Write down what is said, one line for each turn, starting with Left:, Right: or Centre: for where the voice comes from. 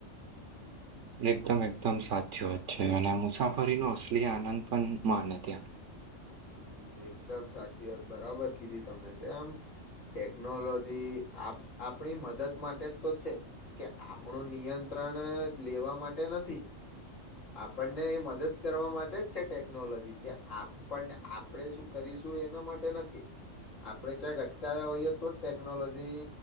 Right: <inaudible> એકદમ એકદમ સાચી વાત છે, અને મુસાફરીનો અસલી આનંદ પણ માને ત્યાં
Left: હમ એકદમ સાચી વાત બરાબર કીધી તમે કેમ ટેકનોલોજી આપણી મદદ માટે જ તો છે, કે આપણું નિયંત્રણ પણ લેવા માટે નથી. આપણને એ મદદ કરવા માટે જ છે ટેકનોલોજી કે આપણે આપણે શું કરીશું એના માટે નથી. આપડે ક્યાંક અટકયા હોઈએ, તો જ ટેકનોલોજી